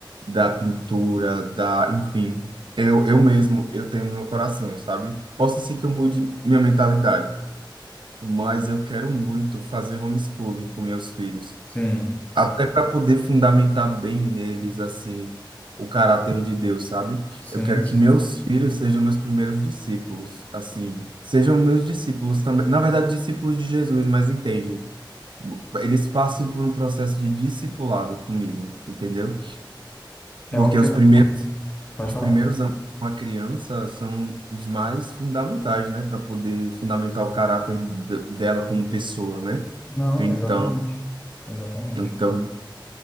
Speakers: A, on the right; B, on the left.
A: da pintura, da, enfim. Eu, eu mesmo, eu tenho no meu coração, sabe? Posso ser que eu mude minha mentalidade, mas eu quero muito fazer homeschooling com meus filhos.
B: Sim,
A: Até para poder fundamentar bem neles, assim, o caráter de Deus, sabe?
B: sim,
A: Eu quero
B: sim.
A: que meus filhos sejam meus primeiros discípulos, assim, sejam meus discípulos também, na verdade, discípulos de Jesus, mas entende? Eles passem por um processo de discipulado comigo, entendeu? Porque
B: É o que
A: os
B: eu...
A: primeiros,
B: Pode
A: os
B: falar.
A: primeiros anos com a criança são os mais fundamentais, né, para poder fundamentar o caráter d- dela como pessoa, né?
B: Não,
A: Então,
B: exatamente. Exatamente.
A: então,